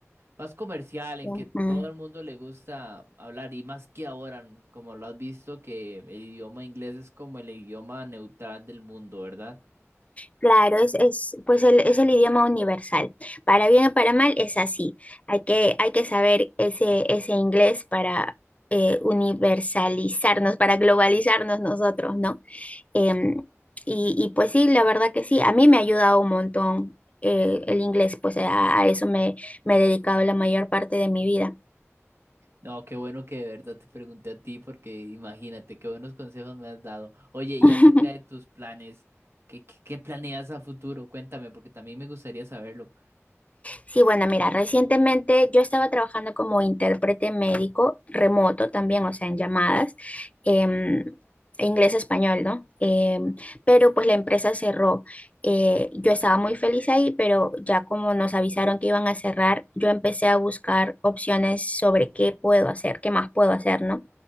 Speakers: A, on the right; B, on the left.
A: más comercial,
B: Ujú.
A: en que todo el mundo le gusta hablar. Y más que ahora, n- como lo has visto, que el idioma inglés es como el idioma neutral del mundo, ¿verdad?
B: Claro, es, es, pues el, es el idioma universal. Para bien o para mal es así. Hay que, hay que saber ese, ese inglés para eh, universalizarnos, para globalizarnos nosotros, ¿no? Em, y, y pues sí, la verdad que sí, a mí me ha ayudado un montón eh, el inglés, pues a, a eso me, me he dedicado la mayor parte de mi vida.
A: No, qué bueno que de verdad te pregunté a ti, porque imagínate, qué buenos consejos me has dado. Oye, y
B: <laughs>
A: acerca de tus planes, ¿qué, qué, qué planeas a futuro? Cuéntame, porque también me gustaría saberlo.
B: Sí, bueno, mira, recientemente yo estaba trabajando como intérprete médico remoto también, o sea, en llamadas, em, inglés-español, ¿no? Em, pero pues la empresa cerró. Eh, yo estaba muy feliz ahí, pero ya como nos avisaron que iban a cerrar, yo empecé a buscar opciones sobre qué puedo hacer, qué más puedo hacer, ¿no?